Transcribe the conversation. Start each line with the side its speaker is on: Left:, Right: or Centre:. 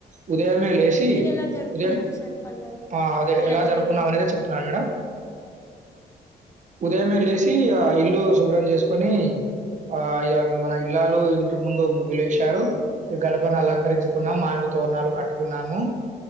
Right: ఉదయమే సి
Left: మీరు ఎలా జరుపుకున్నారు
Right: ఉదయం
Left: సార్ పండగ
Right: ఆ అదే ఎలా
Left: జరిగింది
Right: జరుపుకున్నాం అనేదే
Left: మరి
Right: చెప్తున్నాను మేడమ్ ఉదయమే లేసి ఆ ఇల్లు శుభ్రం చేసుకొని ఆ ఇగ మన ఇల్లాలు ఇంటి ముందు ముగ్గులు ఏశారు. గడపను అలంకరించుకున్నాం మామిడి తోరణాలు కట్టుకున్నా ము.